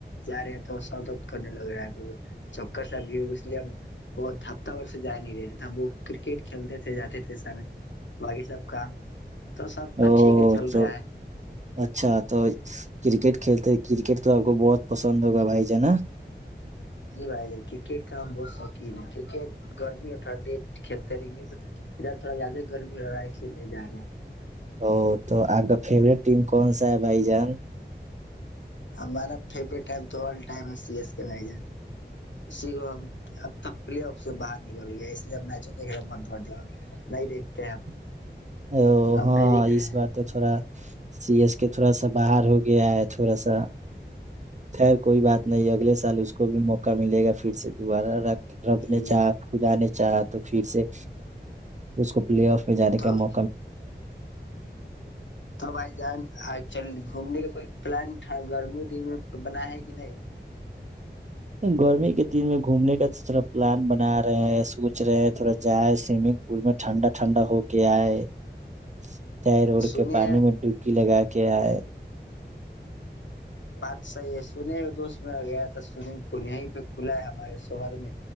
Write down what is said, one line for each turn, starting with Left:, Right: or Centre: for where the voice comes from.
Left: جا رہے ہے تو سردد کرنے لگ رہا ہے چکر سا بھی ہوگ اس لیے ہم بہت ہفتہ وور سے جا نہیں رہے تھ ہم وہ کرکٹ کھیلتے تھے جاتے تھے سے باقی سب کام تو سب
Right: او
Left: تو ٹھیک ہے چل
Right: تو
Left: رہا ہے
Right: اچھا تو کرکٹ کھیلتے کرکٹ تو آپ کو بہت پسند ہوگا بھائی جانا
Left: جی بھائی ج کرکٹ کا ہم بہت شوقین ہے کرکٹ گرمی اور ٹھنڈی کھیلتے ہیں لیکن ادھر تھوڑا زیادہ گرمی رہ رہا ہے اس لیے نہیں جا رہے ہیں
Right: ا تو آپ کا فیوریٹ ٹیم کون سا ہے بھائی جان
Left: ہمارا فورٹ ٹم تو ٹم ہے سی ایس کے ب جان سگو ہم پلے آف سے باہر نکل گیا اس لیے ہم میچوں دیکھنے مند پ گیا نہیں دیکتے ہیں ہم
Right: او
Left: اب
Right: ہاں
Left: نہیں دیکھ رہے
Right: اس
Left: ہیں
Right: بات تو تھوڑا سیریس کہ تھوڑا سا باہر ہو گیا ہے تھوڑا سا خیر کوئی بات نہیں اگلے سال اس کو بھی موقع ملے گا پھر سے دوبارہ رب
Left: جی
Right: نے چاہا کھدانے چاہ تو پھر سے اسس کا پلی آف ہے ج
Left: تو
Right: م
Left: تو بائی ج آئی چل گھومنے کا کوئی پلان گرمیوں دن میں بنا ہے کہ نہیں
Right: گرمی کے دن میں گھومنے کا تھوڑا پلان بنا رہے ہیں سوچ رہے ہیں تھوڑا جائے سوئمنگ پول میں ٹھنڈا ٹھنڈا ہو کے آئے نہر نہر اور
Left: سنے
Right: کے پانی میں ڈبکی لگا کے ائے
Left: بات صحی ہے سنے ہو دوست میرا گیا تھا سوئمنگ پول یہیں پہ کھلا ہے ہمارے شہر میں